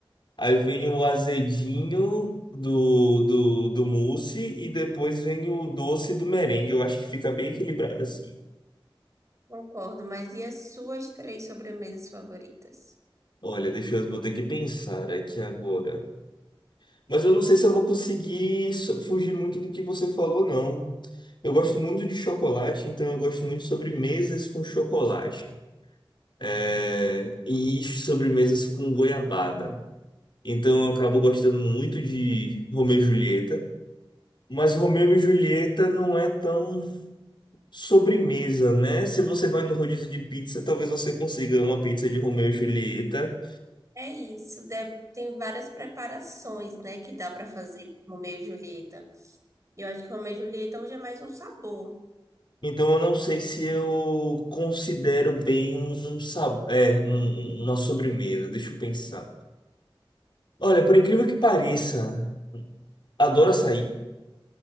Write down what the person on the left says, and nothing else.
Aí vem o azedinho do, do, do mousse e depois vem o doce do merengue. Eu acho que fica bem equilibrado assim.
Olha, deixa eu, vou ter que pensar aqui agora. Mas eu não sei se eu vou conseguir so- fugir muito do que você falou, não. Eu gosto muito de chocolate, então eu gosto muito de sobremesas com chocolate. É, e sobremesas com goiabada. Então eu acabo gostando muito de Romeu e Julieta. Mas Romeu e Julieta não é tão sobremesa, né? Se você vai no rodízio de pizza, talvez você consiga uma pizza de Romeu e Julieta.
Então, eu não sei se eu considero bem um, um, sab- é, um- um- uma sobremesa. Deixa eu pensar. Olha, por incrível que pareça, adoro açaí.